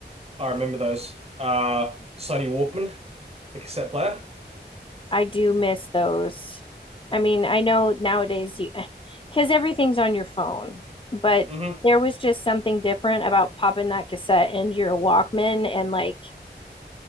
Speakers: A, on the right; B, on the left.
A: I remember those. Uh, Sony Walkman, the cassette player.
B: I do miss those. I mean, I know nowadays you, <sighs> because everything's on your phone, but
A: hmm
B: there was just something different about popping that cassette into your Walkman and like